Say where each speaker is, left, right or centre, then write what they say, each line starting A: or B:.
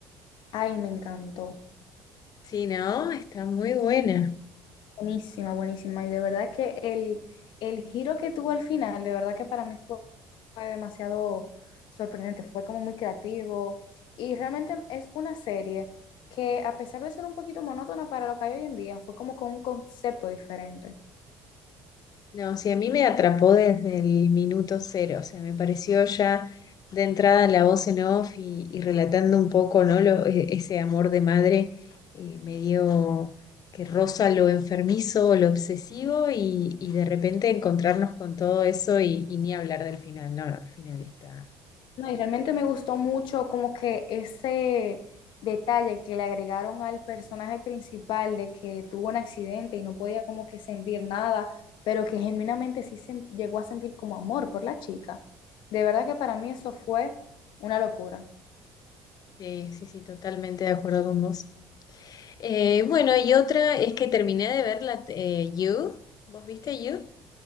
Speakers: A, on the left (about 70°); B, on the left (about 50°).
A: Ay, me encantó.
B: Sí, ¿no? Está muy buena.
A: Buenísima, buenísima. Y de verdad que el, el giro que tuvo al final, de verdad que para mí fue, fue demasiado sorprendente, fue como muy creativo. Y realmente es una serie que a pesar de ser un poquito monótona para lo que hay hoy en día, fue como con un concepto diferente.
B: No, sí, a mí me atrapó desde el minuto cero, o sea, me pareció ya de entrada la voz en off y, y relatando un poco, ¿no? Lo- e- ese amor de madre eh, medio que roza lo enfermizo, lo obsesivo y, y de repente encontrarnos con todo eso y, y ni hablar del final, no, no, el final está...
A: No, y realmente me gustó mucho como que ese detalle que le agregaron al personaje principal de que tuvo un accidente y no podía como que sentir nada, pero que genuinamente sí sen- llegó a sentir como amor por la chica. De verdad que para mí eso fue una locura.
B: Sí, sí, sí, totalmente de acuerdo con vos. Eh, bueno, y otra es que terminé de ver la eh, You. ¿Vos viste You?